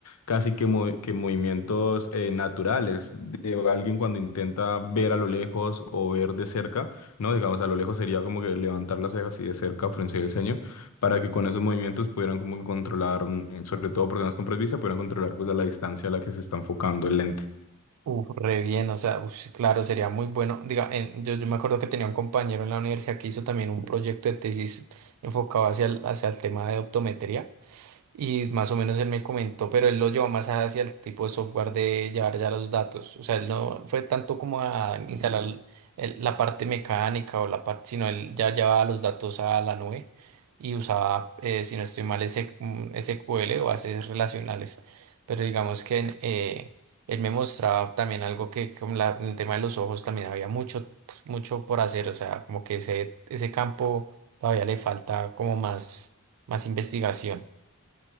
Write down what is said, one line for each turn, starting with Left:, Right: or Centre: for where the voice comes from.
Left: casi que, mo- que movimientos eh, naturales de alguien cuando intenta ver a lo lejos o ver de cerca, ¿no? Digamos, a lo lejos sería como que levantar las cejas y de cerca fruncir el ceño, para que con esos movimientos pudieran como que controlar, mm, sobre todo personas con presbicia, pudieran controlar pues a la distancia a la que se está enfocando el lente.
Right: Uf, re bien, o sea, ush, claro, sería muy bueno. Diga, en- yo, yo me acuerdo que tenía un compañero en la universidad que hizo también un proyecto de tesis enfocado hacia el, hacia el tema de optometría. Y más o menos él me comentó, pero él lo llevó más hacia el tipo de software de llevar ya los datos. O sea, él no fue tanto como a instalar el- la parte mecánica o la parte, sino él ya llevaba los datos a la nube y usaba, eh, si no estoy mal, ese, mm, S Q L o bases relacionales. Pero digamos que eh, él me mostraba también algo que con la- el tema de los ojos también había mucho, pues, mucho por hacer. O sea, como que ese, ese campo todavía le falta como más, más investigación.